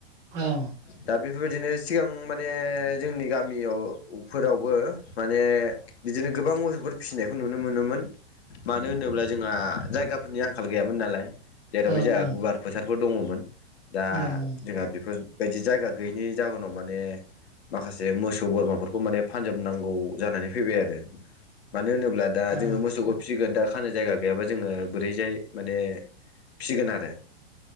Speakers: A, on the right; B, on the left.
A: औ
B: दा बेफोरबायदिनो सिगां माने जोंनि गामियाव फोरावबो माने बिदिनो गोबां मोसौफोर फिसिनायखौ नुनो मोनोमोन मानो होनोब्ला जोंहा जायगाफोरनि आंखाल गैयामोन नालाय जेरावहाय
A: ओं
B: जोंहा गुवार फोथार फोर दङमोन दा
A: ओं ओं ओं
B: जोंहा बेफोरबायदि जायगा गैयैनि जाहोनाव माने माखासे मोसौ बोरमाफोरखौ माने फानजोबनांगौ जानानै फैबाय आरो। मानो होनोब दा
A: ओं
B: जोङो मो फिसिगोन दा खानो जायगा गैयाबा जोङो बोरैजाय माने फिसिगोन आरो